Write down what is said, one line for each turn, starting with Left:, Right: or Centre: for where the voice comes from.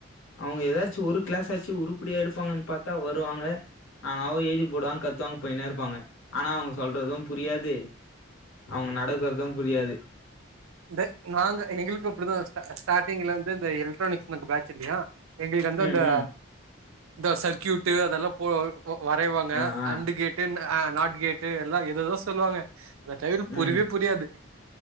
Left: அவுங்க எதாச்சு ஒரு கிளாஸாச்சு உருப்படியா எடுப்பாங்கன் பாத்தா வருவாங்க ஆனா அவோ எழுதி போடுவாங்க கத்துவாங்க போயினே இருப்பாங்க ஆனா அவுங்க சொல்றது புரியாது அவுங்க நடக்குறது புரியாது
Right: இந்த நாங்க எங்களுக்கு அப்டிதா ஸ்டா ஸ்டாடிங்ல இருந்து இந்த எலக்ட்ரானிக்ஸ் மன்த் பேட்சில்லயா எங்களுக்கு வந்து
Left: ம்
Right: அந்த
Left: ம்
Right: இந்த சர்க்யூட்டு அதல்லா போ ஒ வரைவாங்க
Left: ஆ ஆ
Right: அண்டு கேட்டு ஆ நாட் கேட்டு எல்லா எதேதோ சொல்லுவாங்க அந்த டையர் புரிவே
Left: ம்
Right: புரியாது